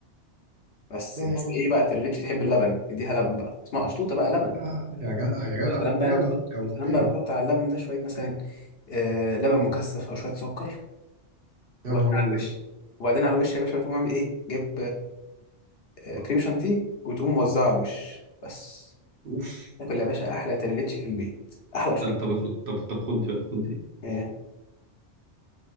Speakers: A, on the left; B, on the right.
A: بس
B: يا
A: بس
B: نهار ابيض
A: ايه بقى تريليتش تحب اللبن تديها لبن بقى اسمها قشطوطة بقى لبن
B: لا يا جدع يا
A: يا
B: جدع
A: سلام
B: يا
A: بقى
B: جدع
A: لو تحط
B: جوعتني
A: يا سلام بقى لو تحط على اللبن ده شوية مثلا آه لبن مكثف او شوية سكر
B: يا
A: وبعدين
B: نهار
A: على
B: ابيض
A: الوش وبعدين على الوش يا باشا بتقوم عامل ايه جيب آه، كريم شانتيه وتقوم موزعه على الوش بس
B: اوف
A: تاكل يا باشا احلى تريليتشي في البيت احلى شطوط
B: طب طب خد طب طب خد دي بقى خد دي
A: ايه